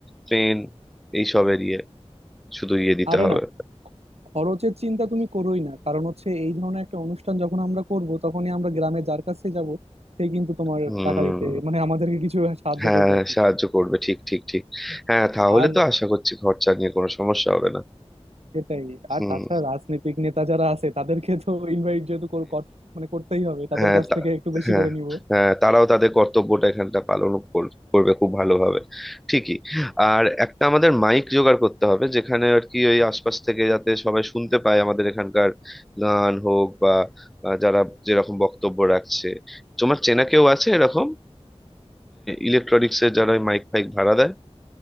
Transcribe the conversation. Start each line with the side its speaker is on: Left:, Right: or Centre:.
Centre: পেন এইসবের ইয়ে শুধু ইয়ে দিতে
Right: আরে
Centre: হবে
Right: না খরচের চিন্তা তুমি করোই না কারণ হচ্ছে এই ধরনের একটা অনুষ্ঠান যখন আমরা করব তখনই আমরা গ্রামে যার কাছে যাব সে কিন্তু তোমার
Centre: হুম
Right: টাকা দিতে মানে আমাদেরকে কিছু সাহায্য
Centre: হ্যাঁ
Right: করবে
Centre: হ্যাঁ,
Right: আর কি।
Centre: সাহায্য করবে ঠিক ঠিক ঠিক হ্যাঁ তাহলে
Right: আর
Centre: তো আশা করছি খরচা নিয়ে কোনো সমস্যা হবে না
Right: সেটাই
Centre: হুম
Right: আর তাছাড়া রাজনৈতিক নেতা যারা আছে তাদেরকে তো ইনভাইট যেহেতু কর- কর- মানে করতেই হবে তাদের
Centre: হ্যাঁ
Right: কাছ
Centre: তা-
Right: থেকে একটু বেশি
Centre: হ্যাঁ
Right: করে নিব
Centre: হ্যাঁ তারাও তাদের কর্তব্যটা এখানটা পালন কর- করবে খুব ভালোভাবে ঠিকই আর একটা আমাদের মাইক জোগাড় করতে হবে যেখানে আর কি ওই আশপাশ থেকে যাতে সবাই শুনতে পায় আমাদের এখানকার গান হোক বা আহ, যারা যেরকম বক্তব্য রাখছে তোমার চেনা কেউ আছে এরকম ইলেকট্রনিক্স এর যারা মাইক ফাইক ভাড়া দেয়